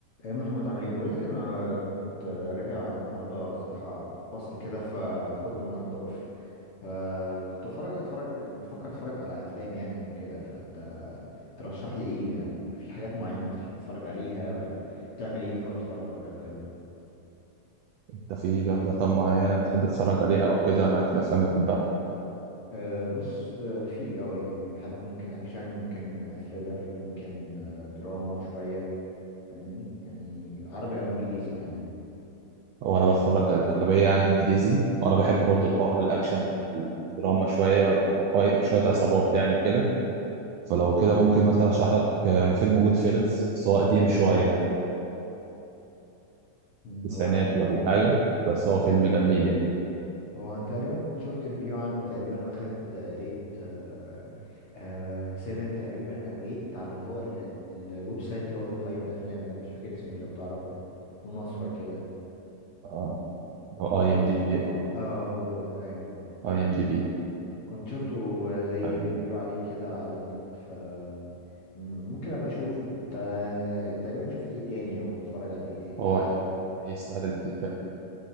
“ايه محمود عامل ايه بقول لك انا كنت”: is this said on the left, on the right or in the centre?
Left